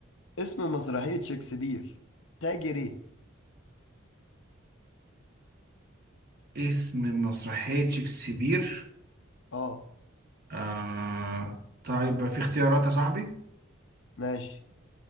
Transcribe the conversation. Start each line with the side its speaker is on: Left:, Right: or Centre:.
Left: اسم مسرحية شكسبير تاجر ايه
Right: اسم مسرحية شكسبير
Left: اه
Right: آه... طيب في اختيارات يا صاحبي
Left: ماشي